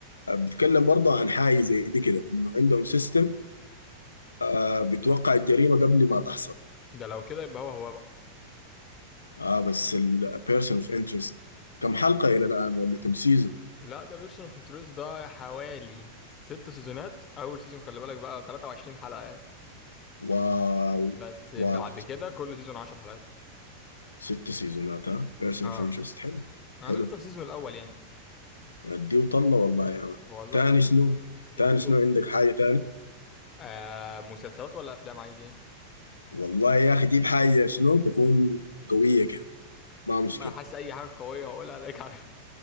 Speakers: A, on the left; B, on the left.
A: آه بيتكلم برضه عن حاجة زي دي كده انه عندهم سيستم آه بيتوقع الجريمة قبل ما تحصل
B: ده لو كده يبقى هو هو بقى
A: اه بس البيرسون اوف انترست كم حلقة إلى الآن ولا كم سيزون
B: لا ده بيرسون اوف انترست ده حوالي ست سيزونات اول سيزون خلي بالك بقى 23 حلقة يعني
A: واو
B: بس بعد
A: واو
B: كده كل سيزون 10 حلقات
A: ست سيزونات ها بيرسون
B: اه
A: اوف انترست حلو
B: انا
A: حلو
B: لسه في السيزون الاول يعني
A: ادي وطلع والله يا مان
B: والله
A: تاني شنو تاني
B: اديله
A: شنو عندك حاجة تاني
B: آه مسلسلات ولا افلام عايز ايه
A: والله يا أخي جيب حاجة شنو تكون قوية كده ما مشكلة
B: اما انا حاسس اي حاجة قوية هقولها عليك على